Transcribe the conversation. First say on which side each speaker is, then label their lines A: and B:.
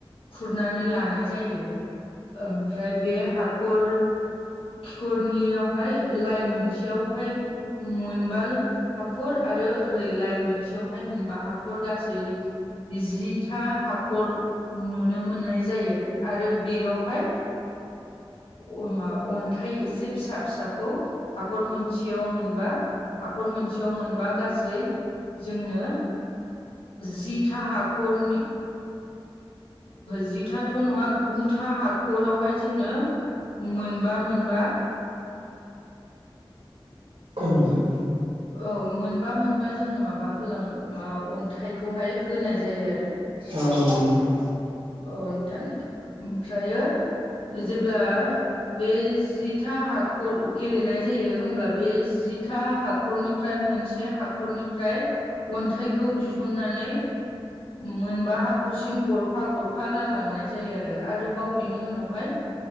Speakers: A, on the left; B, on the right.
A: खुरनानै लानाय जायो ओमफ्राय बे हाखर खिखरनियावहाय लाइन मोनसेयावहाय मोनबा हाखर आरो ओरै लाइन मोनसेयावहाय मोनबा हाखर गासै जिथा हाखर नुनो मोननाय जायो आरो बेयावहाय ओ मा अन्थाइ एसे फिसा फिसाखौ हाखर मोनसेयाव मोनबा हाखर मोनसे याव मोनबा गासै जोंनो जिथा हाखरनि जिथाथ' नङा गुथा हाखरावहाय जोंनो मोनबा मोनबा
B: औ नोंथां
A: औ मोनबा मोनबा जोंनो माबा होलां मा अन्थाइखौहाय होनाय जायो आरो।
B: औ नंगौ नोंथां
A: औ नोंथांनि ओमफ्राय जेब्ला बे जिथा हाखर गेलेनाय जायो होमब्ला बे जिथा हाखरनि फ्राय मोनसे हाखरनिफ्राय अन्थाइखौ दिहुननानै मोनबा हाखरसिम गरफा गर फा रानलांनाय जायो आरो आरो बाव बेनि उनावहाय